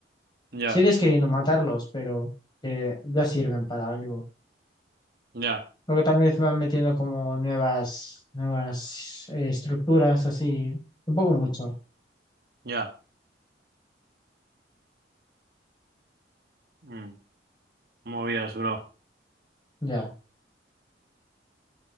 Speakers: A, on the right; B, on the left.
A: Ya,
B: Sigues queriendo matarlos, pero eh, ya sirven para algo.
A: ya,
B: Luego también se van metiendo como nuevas, nuevas eh, estructuras, así. Un poco mucho,
A: ya. Mm, movidas, bro.
B: ya.